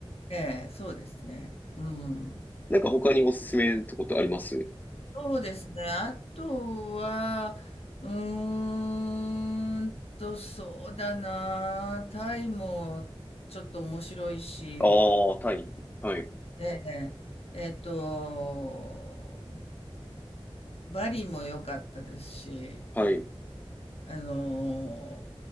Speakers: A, on the left; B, on the left.
A: ええ、そうですね。うん。
B: なんか他におすすめってことあります
A: そうですね。あとは、うーんと、そうだな。タイもちょっと面白いし、
B: ああ、タイ。はい。
A: ええ、えっと、バリも良かったですし、
B: はい。
A: あの、